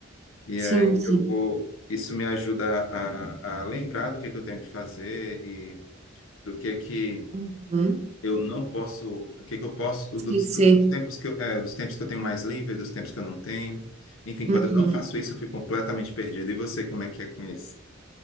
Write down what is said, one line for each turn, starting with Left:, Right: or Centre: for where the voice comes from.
Left: E
Right: Sim,
Left: aí
Right: sim.
Left: eu vou. Isso me ajuda a, a lembrar do que que eu tenho que fazer e do que que
Right: Uhum.
Left: eu não posso, o que que eu posso,
Right: Esquecer.
Left: dos, dos tempos que eu, eh, dos tempos que eu tenho mais livre, dos tempos que eu não tenho. Enfim,
Right: Uhum.
Left: quando eu não faço isso, eu fico completamente perdido. E você, como é que é com isso?